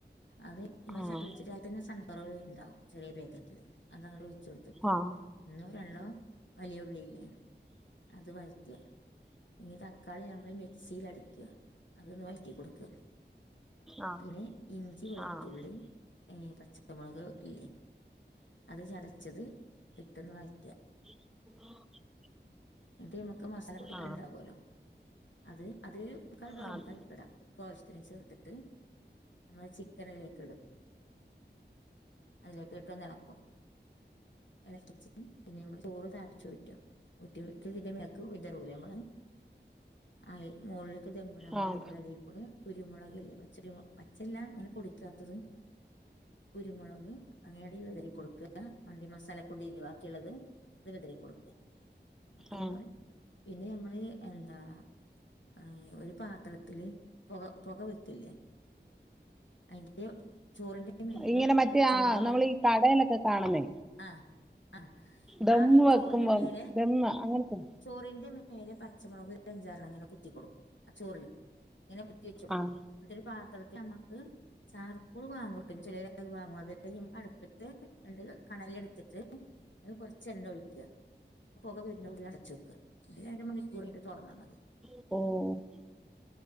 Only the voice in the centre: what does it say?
ആഹ്
ആഹ്
ആഹ്
ആഹ്
<inaudible>
ആഹ് ആഹ്
ആഹ്
ആഹ് ആഹ്
ആഹ്
ഇങ്ങനെ മറ്റേ
ആ
നമ്മളീ കടലൊക്കെ കാണുന്നേ
ദമ്മ്
വെക്കുമ്പോ
ദമ്മ അങ്ങനത്തെ
ആഹ്
ഓഹ്